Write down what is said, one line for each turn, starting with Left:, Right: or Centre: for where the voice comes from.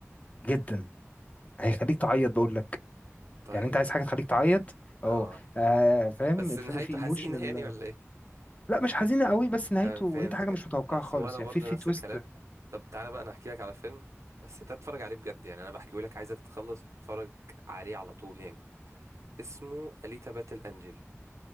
Left: جدا هيخليك تعيط بقول لك
Right: طيب
Left: يعني انت عايز حاجه تخليك تعيط اه
Right: اه
Left: آه، فاهم
Right: بس
Left: الفيلم
Right: نهايته
Left: فيه ايموشنال
Right: حزينة يعني ولا ايه
Left: لا مش حزينه قوي بس نهايته
Right: تمام فهمت
Left: انت حاجه
Right: فهمت
Left: مش متوقعه
Right: خلاص
Left: خالص
Right: هو انا
Left: يعني
Right: برضو
Left: في في
Right: نفس
Left: تويست
Right: الكلام طب تعالى بقى انا احكي لك على فيلم بس ده اتفرج عليه بجد يعني انا بحكيه لك عايزك تخلص تتفرج عليه على طول يعني اسمه أليتا باتل انجل